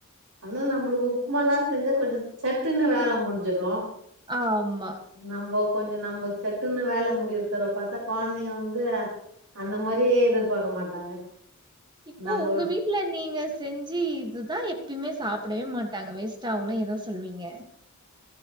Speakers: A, on the right (about 70°); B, on the right (about 20°).
A: அனா நம்பளுக்கு உப்மாலா செஞ்சா கொஞ்சோ சட்டுன்னு வேல முடிஞ்சிரு
B: ஆ ஆம்மா
A: நம்போ கொஞ்சோ நம்ம சட்டுன்னு வேல முடியறதர பாத்தா கொழந்தைங்க வந்து அந்த மாரியே எதிர்பாக்க மாட்டாங்க
B: இப்ப
A: நம்ப
B: உங்க வீ ட்டுல நீங்க செஞ்சி இதுதா எப்பயுமே சாப்படவே மாட்டாங்க வேஸ்ட் ஆவுனா எத சொல்வீங்க